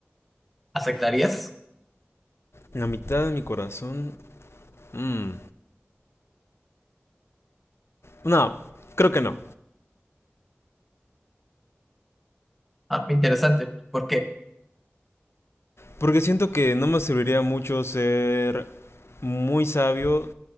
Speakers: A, in the centre; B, on the left.
A: ¿Aceptarías?
B: La mitad de mi corazón. mm, No, creo que no.
A: Ah, interesante. ¿Por qué?
B: Porque siento que no me serviría mucho ser muy sabio